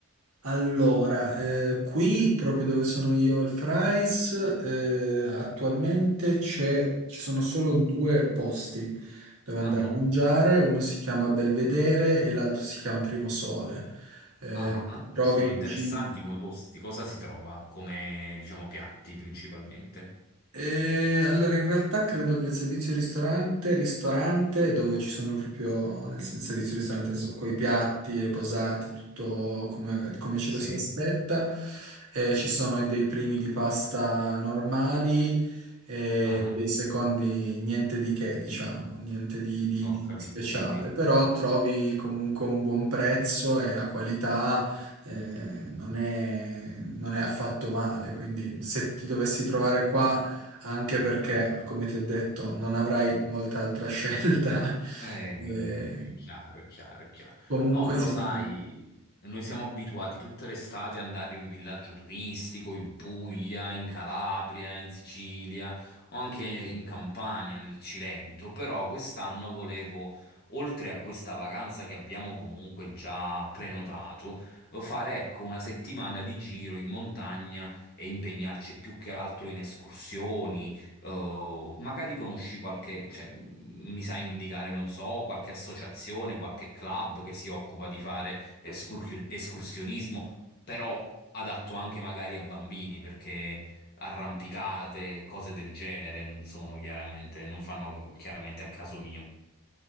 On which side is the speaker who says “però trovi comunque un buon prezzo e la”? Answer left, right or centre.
Right